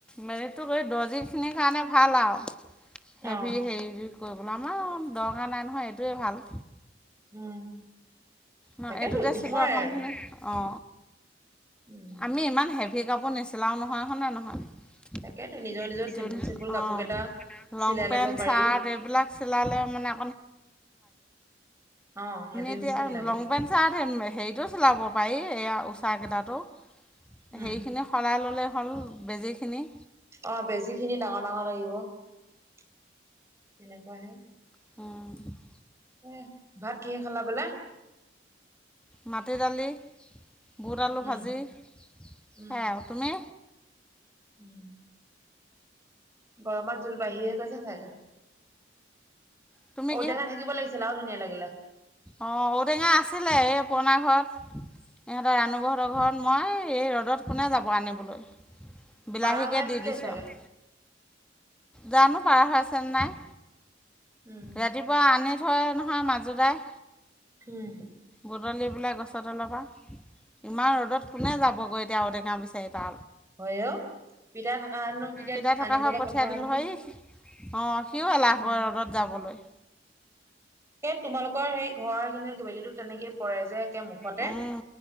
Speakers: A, in the centre; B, on the right (about 15°).
A: মেৰিটটো কৰি দৰ্জিখিনিৰ কাৰণে ভাল আৰু হেভি
B: অ',
A: হেৰি কৰিবলৈ আমাৰ দৰকাৰ নাই নহয় এইটোৱেই ভাল
B: উম
A: অ
B: তাকেতো
A: এইটোতে
B: জোখৰে
A: চিলোৱা কাম
B: আৰু
A: খিনি অ
B: উম
A: আমি ইমান হেভি কাপোৰ নিচিলাও নহয় হনে নহয় অ
B: তাকেতো নিজৰ নিজৰ চিম্পুল চিম্পুল কাপোৰ কেইটা
A: লং
B: চিলাই
A: পেন্ট
B: লব পাৰি
A: চাৰ্ট এইবিলাক ম ম আ
B: অ হেভি
A: এ
B: মেচিন লাগে
A: উচাৰ হেৰিটো চিলাব পাৰি এইয়া উষাকেইটাো সেইৰিখিনি
B: উম
A: সলই ল'লেই হ'ল বেজীখিনি
B: অ বেজি খিনি ডাঙৰ ডাঙৰ লাগিব তেনেকুৱ হে
A: অঁ
B: এ ভাত কিহে খালা বোলে
A: মাটি দালি বুট আলু
B: উম
A: ভাজি
B: উম
A: সেয়াই আৰু তুমি?
B: উম। গৰমত জোল বাঢ়িহে গৈছে চাগে।
A: তুমি
B: ঔটেঙা থাকিব লাগিছিল আৰু ধুনীয়া লাগিলে।
A: অ ঔটেঙা আছিলে এই পুৰনা ঘৰত। ইহঁতৰ ৰাণুবহঁতৰ ঘৰত মই এই ৰ'দত কোনে যাব আনিবলৈ। বিলাহীকে
B: পাৰা হৈ আছিলে
A: দি দিছোঁ
B: চাগে?
A: আৰু। জানো পাৰা হৈ আছেনে নাই।
B: উম
A: ৰাতিপুৱা আনি থয় নহয় মাজোদাই।
B: উম।
A: বুটলি পোলাই গছৰলৰপ পৰা ইমান ৰ'দত কোনে যাবগৈ এতিয়া ঔটেঙা পিছত।
B: হয় অ পিতাই থকা হেতেনো তেতিয়া
A: পিতা থকা
B: আনিবলৈ
A: হয় পঠিয়
B: পঠোৱা হেতেনো
A: দিল হয়। অ সিও এলাহ
B: উম
A: কৰে ৰ'দত যাবলৈ।
B: তোমালোকৰ সেই ঘৰৰ খিনি বেলিতো তেনেকেই পৰে যে। মুখতে
A: উম,